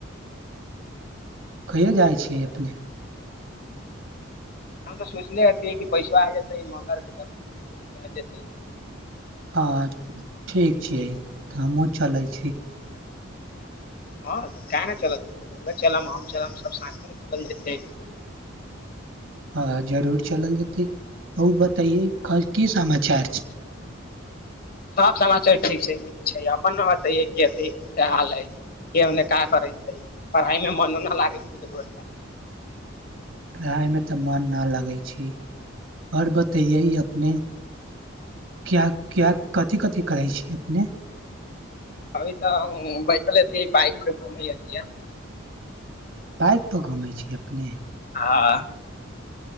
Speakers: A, on the right (about 70°); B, on the left (about 45°).
A: कहियो जाइ छियै अपने
B: हम तऽ सोचनेे हतीयै कि पैसबा आ जेतै मंगल के घुम पी चल जेतै
A: हाँ ठीक छियै तऽ हमहुँ चलै छी
B: हँ तऽ काहे न चलल जेतै चलब हम चलब सब साथेमे चलल जेतै
A: हँ जरूर चलल जेतै आउर बतइे की समाचार छै
B: सब समाचार ठीक छै नीक छै अपन न बतैये कथि क हाल हइ के ओने का करै छै पढ़ाइ मे मनो नइ लागै छै
A: पढ़ाइमे तऽ मन नऽ लगै छी आओर बतैयै अपने क्या क्या कथि कथि करै छी अपने
B: अभी तऽ बैठल बाइक प घुमै अतियन
A: बाइकप घूमै छी अपने
B: आँ